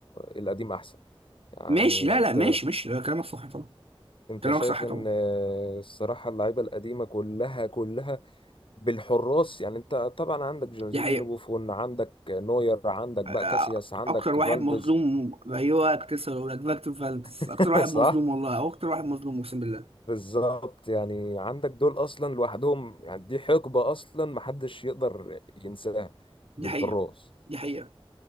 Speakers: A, on the left; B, on the right.
A: القديم احسن يعني
B: ماشي لا
A: انت
B: لا ماشي ماشي لا، كلامك صح طبعا
A: انت
B: كلامك
A: شايف
B: صح
A: ان
B: طبعا
A: آه، الصراحه اللعيبه القديمه كلها كلها بالحراس يعني انت طبعا عندك جورجينيو
B: دي حقيقه
A: بوفون عندك نوير عندك بقى
B: أ-
A: كاسياس عندك
B: اكتر واحد
A: فالديز
B: مظلوم ايوه كنت لسه هقول لك فاكتور فالدز
A: <laughs>
B: اكتر واحد
A: صح
B: مظلوم والله او اكتر واحد مظلوم اقسم بالله
A: بالظبط يعني عندك دول اصلا لوحدهم يعني دي حقبه اصلا محدش يقدر ينساها للحراس
B: دي حقيقه دي حقيقه